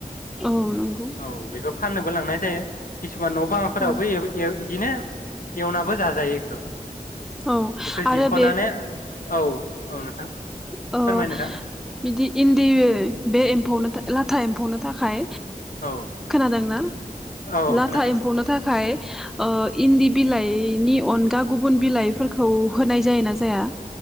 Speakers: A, in the centre; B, on the left.
A: औ नंगौ
B: औ बेखौ फाननोबो लांनाय जायो किसुमान न बांफोरावबो
A: औ
B: एवो ए बिदिनो एवनाबो जाजायो
A: औ
B: बेखौ जिरख'नानै
A: आरो बे
B: औ औ नोंथां
A: अ
B: फोरमाय नोंथां
A: बिदि इन्दि बे एम्फौ लाथा एम्फौनो थाखाय
B: औ
A: खोनादों ना
B: औ
A: लाथा
B: खोनादों
A: एम्फौनो थाखाय ओ इन्दि बिलाइनि अनगा गुबुन बिलाइफोर खौ होनाय जायो ना जाया